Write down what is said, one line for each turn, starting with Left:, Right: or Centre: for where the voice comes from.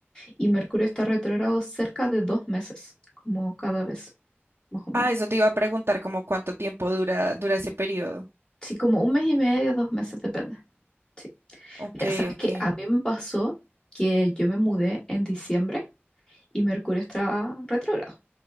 Left: Y Mercurio está retrógrado cerca de dos meses, como cada vez, más o menos.
Right: Ah, eso te iba a preguntar como cuánto tiempo dura, dura ese periodo.
Left: Sí, como un mes y medio, dos meses, depende. Sí.
Right: Ok,
Left: Mira, sabes
Right: ok.
Left: que a mí me pasó que yo me mudé en diciembre y Mercurio estaba retrógrado.